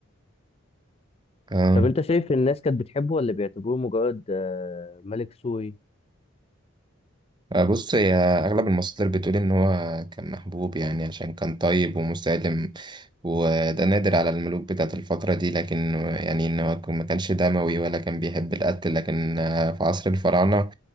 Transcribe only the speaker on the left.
طب أنت شايف الناس كانت بتحبه ولا بيعتبروه مجرد آه، ملك سوري؟